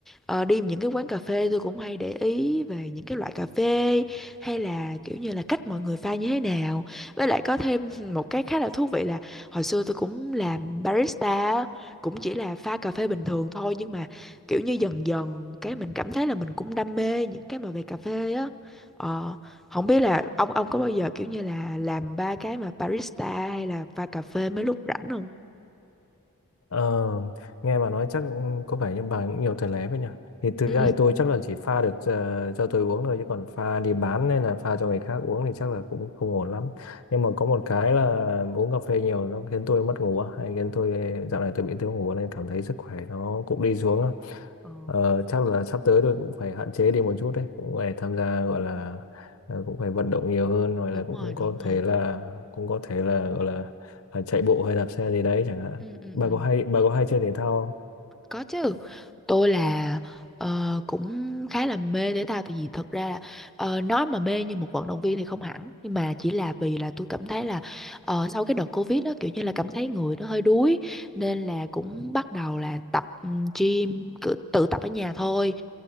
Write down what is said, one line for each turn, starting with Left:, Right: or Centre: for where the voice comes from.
Centre: ờ, đi những cái quán cà phê tôi cũng hay để ý về những cái loại cà phê hay là kiểu như là cách mọi người pha như thế nào với lại có thêm <laughs> một cái khá là thú vị là hồi xưa tôi cũng làm barista á, cũng chỉ là pha cà phê bình thường thôi nhưng mà kiểu như dần dần cái mình cảm thấy là mình cũng đam mê những cái mà về cà phê á ờ, không biết là ông ông có bao giờ kiểu như là làm ba cái mà barista hay là pha cà phê mấy lúc rảnh không
Left: Ờ, nghe bà nói chắc có vẻ như bà cũng nhiều tài lé vậy nhỉ thì thực
Centre: Ừ.
Left: ra thì tôi chắc là chỉ pha được ờ, cho tôi uống thôi chứ còn pha đi bán hay là pha cho người khác uống thì chắc là cũng không ổn lắm nhưng mà có một cái là uống cà phê nhiều nó khiến tôi mất ngủ á, hay khiến tôi dạo này tôi bị thiếu ngủ nên cảm thấy sức khỏe nó cũng đi xuống á.
Centre: Ừ,
Left: Ờ, chắc là sắp tới tôi cũng phải hạn chế đi một chút đấy cũng phải tham gia gọi là ờ, cũng phải vận động nhiều hơn rồi
Centre: đúng
Left: là cũng
Centre: rồi, đúng
Left: có
Centre: rồi.
Left: thể là cũng có thể là gọi là, là chạy bộ hay đạp xe gì đấy chẳng hạn
Centre: Ừ, ừ,
Left: bà
Centre: ừ.
Left: có hay bà có hay chơi thể thao không?
Centre: Có chứ. Tôi là ờ, cũng khá là mê thể thao tại vì thật ra là ờ, nói mà mê như một vận động viên thì không hẳn nhưng mà chỉ là vì là tôi cảm thấy là ờ, sau cái đợt Covid đó kiểu như là cảm thấy người nó hơi đuối nên là cũng bắt đầu là tập ừm, gym cự- tự tập ở nhà thôi.